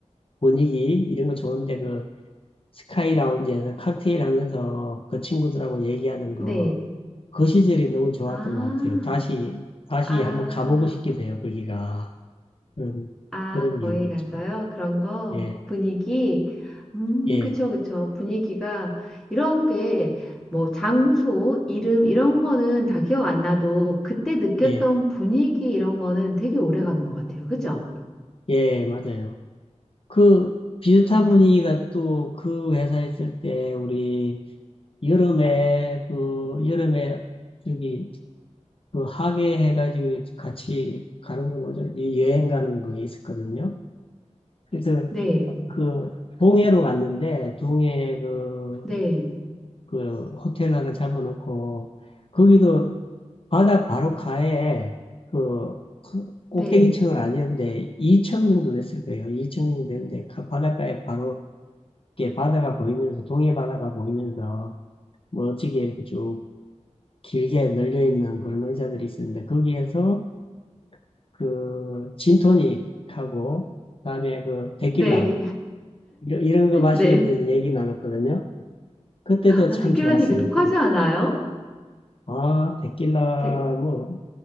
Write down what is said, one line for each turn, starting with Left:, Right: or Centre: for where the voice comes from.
Left: 분위기, 이런 거 좋은데, 그 스카이 라운지에서 칵테일 하면서 그 친구들하고 얘기하는 거,
Centre: 네.
Left: 그 시절이 너무 좋았던
Centre: 아,
Left: 것 같아요. 다시, 다시
Centre: 아,
Left: 한번 가보고 싶기도 해요, 거기가. 그런,
Centre: 아,
Left: 그런 기억이
Centre: 거기
Left: 있죠.
Centre: 가서요? 그런 거?
Left: 예,
Centre: 분위기? 음,
Left: 예,
Centre: 그쵸, 그쵸. 분위기가 이런 게 뭐 장소, 이름 이런 거는 다 기억 안 나도 그때 느꼈던
Left: 예,
Centre: 분위기 이런 거는 되게 오래 가는 것 같아요. 그죠?
Left: 예, 맞아요. 그 비슷한
Centre: 그런 분,
Left: 분위기가 또 그 회사에 있을 때 우리 여름에 그 여름에 저기 그 학예 해가지고 같이 가는 거 뭐죠? 이 여행 가는 거 있었거든요. 그래서
Centre: 네,
Left: 그 동해로 갔는데 동해 그,
Centre: 네,
Left: 그 호텔 하나 잡아놓고 거기도 바다 바로 가에 그 꼭대기층은
Centre: 네,
Left: 아니었는데 2층 정도 됐을 거예요. 2층 정도 됐는데 가- 바닷가에 바로 이게 바다가 보이면서 동해 바다가 보이면서 멋지게 이렇게 쭉 길게 널려 있는 그런 의자들이 있었는데 거기에서 그 진토닉하고 그다음에 그 데킬라
Centre: 네,
Left: 이런, 이런
Centre: <laughs>
Left: 거 마시면서
Centre: 네.
Left: 이제 얘기 나눴거든요. 그때도
Centre: 아,
Left: 참
Centre: 데킬라
Left: 좋았어요.
Centre: 되게 독하지
Left: 그래.
Centre: 않아요?
Left: 아, 데킬라
Centre: 데-
Left: 뭐